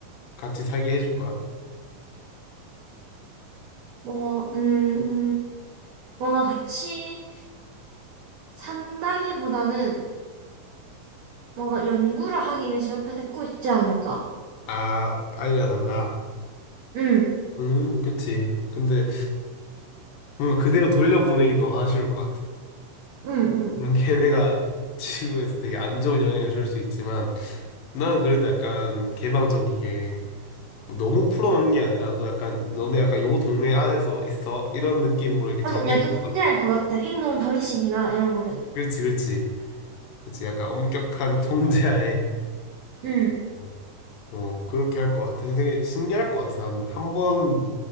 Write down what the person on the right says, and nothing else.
뭐, 음, 음, 뭔가 같이 산다기보다는 뭔가 연구를 하기 위해서 옆에 데리고 있지 않을까?
응,
응, 응.
그래서 약간 탐지할
것 같아. 행동 방식이나 이런 거를.
응,